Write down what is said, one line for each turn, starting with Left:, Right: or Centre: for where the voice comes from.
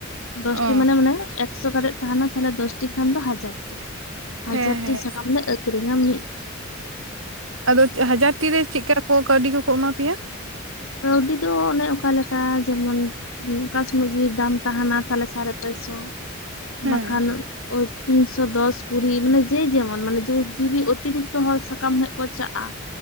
Left: ᱫᱚᱥᱴᱤ
Right: ᱚ
Left: ᱢᱟᱱᱮ ᱢᱟᱱᱮ ᱮᱠᱥᱚ ᱠᱟᱛᱮᱫ ᱛᱟᱦᱮᱱᱟ ᱛᱟᱦᱚᱞᱮ ᱫᱚᱥᱴᱤ ᱠᱷᱟᱱ ᱫᱚ ᱦᱟᱡᱟᱨᱴᱤ, ᱦᱟᱡᱟᱨ
Right: ᱦᱮᱸ ᱦᱮᱸ
Left: ᱴᱤ ᱥᱟᱠᱟᱢ ᱞᱮ <unintelligible> <unintelligible>
Right: ᱟᱫᱚ ᱦᱟᱡᱟᱨ ᱴᱤ ᱨᱮ ᱪᱮᱜᱠᱟ ᱠᱚ ᱠᱟᱹᱣᱰᱤ ᱠᱚᱠᱚ ᱮᱢᱟ ᱯᱮᱭᱟ?
Left: ᱠᱟᱹᱣᱰᱤ ᱫᱚ ᱚᱱᱮ ᱚᱠᱟ ᱞᱮᱠᱟ ᱡᱮᱢᱚᱱ ᱚᱠᱟ ᱥᱚᱢᱚᱭ <unintelligible> ᱫᱟᱢ ᱛᱟᱦᱮᱱᱟ ᱛᱟᱦᱚᱞᱮ ᱥᱟᱨᱮ ᱛᱮ ᱥᱚ,
Right: ᱦᱮᱸ
Left: ᱵᱟᱠᱷᱟᱱ <unintelligible> ᱛᱤᱱᱥᱚ ᱫᱚᱥ ᱠᱩᱲᱤ ᱢᱟᱱᱮ ᱡᱮ ᱡᱮᱢᱚᱱ ᱢᱟᱱᱮ ᱡᱩᱫᱤ ᱚᱛᱤᱨᱤᱠ ᱥᱟᱠᱟᱢ ᱦᱮᱜ ᱠᱚ ᱪᱟᱜᱼᱟ